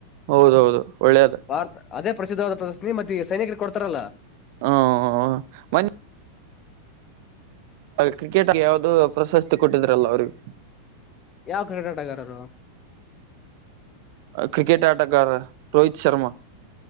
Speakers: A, on the right; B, on the left.
A: ಹೌದೌದು ಒಳ್ಳೇದ
B: ಭಾರತ ಅದೇ ಪ್ರಸಿದ್ಧವಾದ ಪ್ರಶಸ್ತಿ ಮತ್ತ ಈ ಸೈನಿಕರಿಗೆ ಕೊಡ್ತಾರಲ್ಲ
A: ಹ್ಮ ಒನ್ನ ಕ್ರಿಕೆಟ್ಗ ಯಾವವುದೂ ಪ್ರಶಸ್ತಿ ಕೊಟ್ಟಿದ್ರಲ್ಲ ಅವ್ರಿಗೆ
B: ಯಾವ ಕ್ರಿಕೆಟಗಾರರು
A: ಕ್ರಿಕೆಟ್ ಆಟಗಾರ ರೋಹಿತ್ ಶರ್ಮಾ